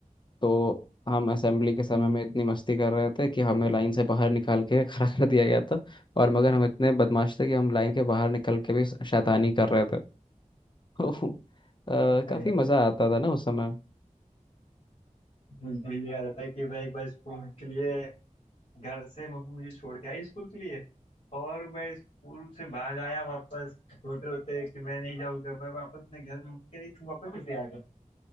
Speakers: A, on the left; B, on the left.
A: तो हम असेंबली के समय
B: हम्म
A: में इतनी मस्ती कर रहे थे कि हमें लाइन से बाहर निकाल के <laughs> खड़ा कर दिया गया था और मगर हम इतने बदमाश थे कि हम लाइन के बाहर निकल के भी शैतानी कर रहे थे <laughs> तो अ,
B: अरे
A: काफी मजा आता था ना उस समय
B: मुझे ये याद आता है कि मैं एक बार स्कूल के लिए घर से मम्मी मुझे छोड़ के आई स्कूल के लिए और मैं स्कूल से भाग आया वापस रोते रोते कि मैं नहीं जाऊंगा मैं वापस अपने घर में मम्मी कह रही तुम वापस कैसे आ गए